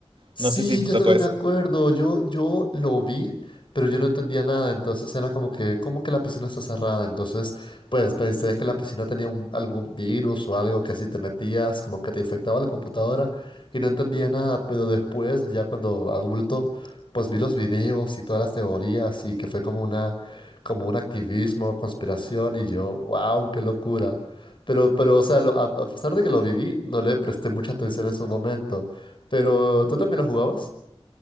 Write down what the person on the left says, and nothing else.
Sí,
yo
también
me acuerdo. Yo, yo lo vi, pero yo no entendía nada. Entonces era como que, como que la piscina está cerrada. Entonces, pues pensé que la piscina tenía un- algún virus o algo que si te metías, como que te infectaba la computadora y no entendía nada. Pero después, ya cuando adulto, pues vi los videos y todas las teorías y que fue como una, como un activismo, conspiración y yo, wow, qué locura. Pero, pero, o sea, lo- a a pesar de que lo viví, no le presté mucha atención en su momento. Pero tú también lo jugabas.